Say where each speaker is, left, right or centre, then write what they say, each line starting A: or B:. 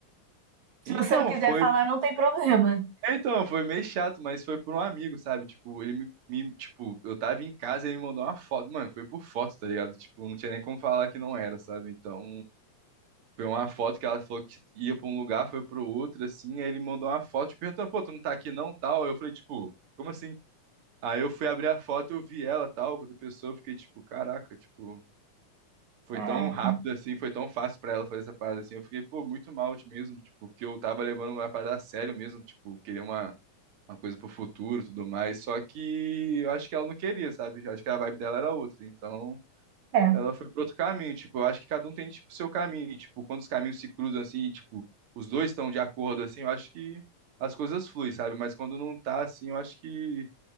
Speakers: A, on the right (about 70°); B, on the right (about 50°).
A: Se
B: Então,
A: você não quiser
B: foi,
A: falar, não tem problema.
B: então, foi meio chato, mas foi por um amigo, sabe? Tipo, ele me, me- tipo, eu tava em casa e ele me mandou uma foto, mano, foi por foto, tá ligado? Tipo, não tinha nem como falar que não era, sabe? Então, foi uma foto que ela falou que ia pra um lugar, foi pro outro, assim, aí ele mandou uma foto, tipo, perguntando, pô, tu não tá aqui não, tal? Aí eu falei, tipo, como assim? Aí eu fui abrir a foto, eu vi ela, tal, quando a pessoa, eu fiquei tipo, caraca, tipo, foi
A: Caraca.
B: tão rápido assim, foi tão fácil pra ela fazer essa parada assim. Eu fiquei, pô, muito mal mesmo, tipo, porque eu tava levando uma parada a sério mesmo, tipo, querer uma, uma coisa pro futuro, e tudo mais. Só que eu acho que ela não queria, sabe? Eu acho que a vibe dela era outra. Então,
A: É.
B: ela foi pro outro caminho, tipo, eu acho que cada um tem tipo seu caminho, e, tipo, quando os caminhos se cruzam assim, e, tipo, os dois estão de acordo assim, eu acho que as coisas fluem, sabe? Mas quando não tá assim, eu acho que